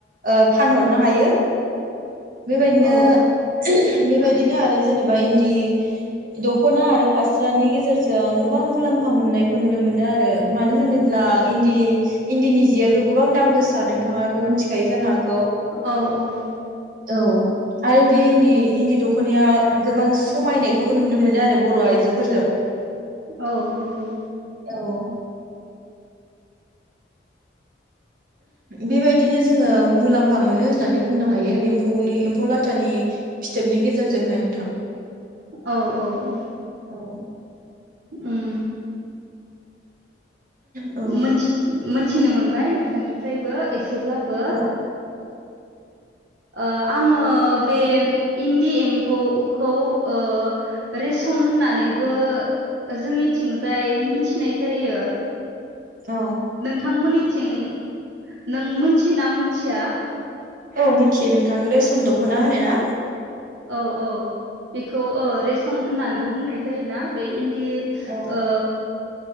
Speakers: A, on the right; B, on the right.
A: ओ फानहरनो हायो बेबायदिनो
B: औ
A: <unintelligible> बेबायदिनो आरो जेनेबा इन्दि दख'ना आरो फास्रानि गेजेरजों गोबां मुलाम्फा मोननायखौ नुनो मोनो आरो मानो होनोब्ला इन्दि इन्दिनि जियाथ' गोबां दाम गोसा नोंथाङाबो मिथिखायो जानो हागौ
B: औ औ
A: औ आरो बे इन्दि इन्दि दख'नाया गोबां समायनायखौबो नुनो मोनो आरो बर' आइजोफोरजों
B: औ नंगौ
A: औ बेबायदिनो जोङो मुलाम्फा मोनो होननानै बुंनो हायो एम्फौनि एम्फौ लाथानि फिथोबनि गेजेरजोंहायनो
B: औ औ औ
A: औ
B: उम
A: औ
B: मोनथि मोन थिनो मोनबाय नोंथांनिफ्रायबो ए एसेब्लाबो ओ
A: औ
B: ओ आङो बे इन्दि एम्फौखौ ओ रेसम होननानैबो जोंनिथिंजाय मिथिनाय जायो
A: औ
B: नोंथांमोननि थिं नों मोनथियो ना मोनथिया
A: औ मिथियो नोंथां रेसम दख'ना होनो ना
B: औ औ बेखौ ओ रेसम होननानै <unintelligible> बुंनाय जायोना बै इन्दि
A: औ
B: ओ